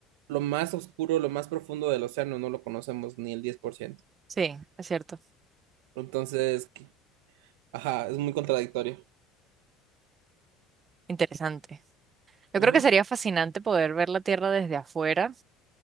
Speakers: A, on the right; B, on the right.
A: lo más oscuro, lo más profundo del océano, no lo conocemos ni el diez por ciento
B: sí, es cierto.
A: Entonces, ajá, es muy contradictorio.
B: Interesante. Yo
A: Ujú.
B: creo que sería fascinante poder ver la Tierra desde afuera,